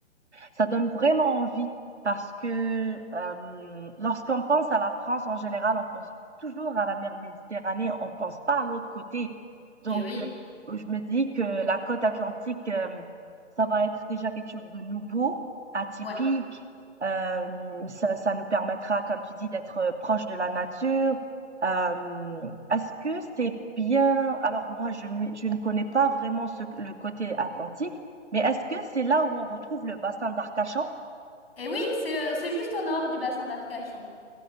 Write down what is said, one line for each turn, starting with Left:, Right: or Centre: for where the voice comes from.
Right: Ça donne vraiment envie parce que euh, lorsqu'on pense à la France en général, on pense toujours à la mer Méditerranée, on pense pas à l'autre côté. Donc,
Left: Et oui.
Right: euh, je me dis que la côte atlantique, euh, ça va être déjà quelque chose de nouveau, atypique.
Left: ouais.
Right: Euh, ça, ça nous permettra, comme tu dis, d'être euh, proche de la nature. Euh, est-ce que c'est bien? Alors moi, je, ne- je ne connais pas vraiment ce- le côté atlantique, mais est-ce que c'est là où on retrouve le bassin d'Arcachon?
Left: Et oui, c'est euh, c'est juste au nord du bassin d'Arcachon,